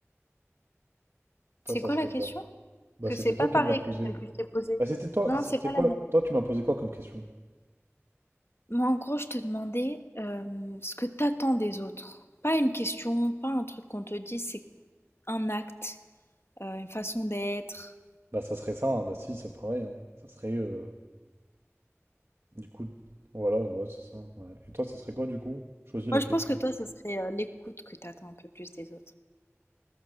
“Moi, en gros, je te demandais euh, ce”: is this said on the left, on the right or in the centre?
Left